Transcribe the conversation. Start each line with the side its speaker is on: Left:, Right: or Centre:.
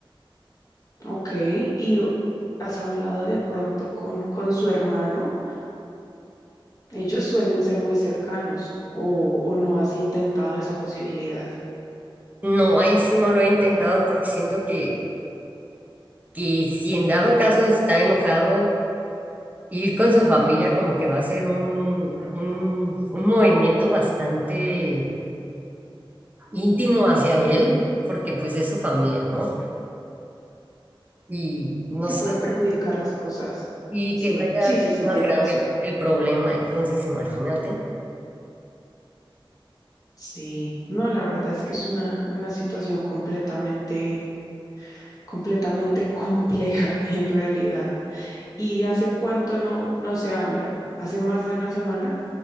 Left: ok, y has hablado de pronto con, con su hermano. Ellos suelen ser muy cercanos o, o no has intentado esa posibilidad,
Right: No, ahí sí no lo he intentado porque siento que, que si en dado caso está enojado, ir con su familia como que va a ser un, un, un movimiento bastante íntimo hacia él, porque pues es su familia, ¿no? Y no
Left: que
Right: sé,
Left: puede perjudicar las cosas.
Right: y
Left: Sí,
Right: que vaya
Left: sí,
Right: a ser
Left: sí, sí,
Right: más
Left: tienes
Right: grande
Left: razón.
Right: el, el problema, entonces imagínate.
Left: Sí, no, la verdad es que es una, una situación completamente, completamente compleja <laughs> en realidad. ¿Y hace cuánto no, no se hablan? ¿Hace más de una semana?